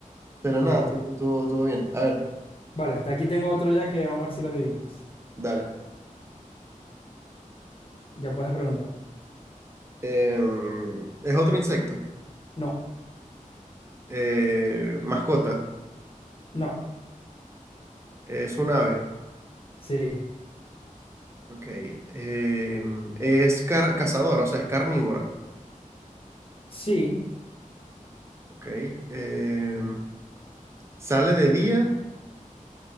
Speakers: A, on the right (about 20°); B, on the left (about 40°).
A: Pero
B: Vale.
A: nada, estuvo, estuvo- estuvo bien. A ver,
B: Vale, hasta aquí tengo otro ya que vamos a ver si lo adivinas.
A: dale.
B: Ya puedes preguntar.
A: Eh, es otro insecto.
B: No,
A: Eh, mascota.
B: no,
A: Es un ave.
B: sí,
A: Ok. Eh, es car- cazadora, o sea, es carnívora.
B: sí,
A: Ok. Eh, sale de día.